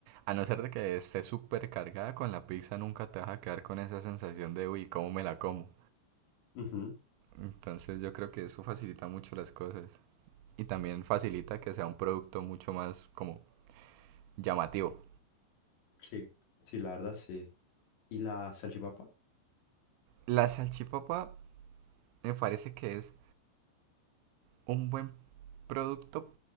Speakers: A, on the right; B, on the left.
A: a no ser de que esté súper cargada con la pizza, nunca te vas a quedar con esa sensación de, uy, ¿cómo me la como?
B: Ujú,
A: Entonces yo creo que eso facilita mucho las cosas. Y también facilita que sea un producto mucho más como llamativo.
B: Sí, sí, la verdad, sí. ¿Y la salchipapa?
A: La salchipapa me parece que es un buen producto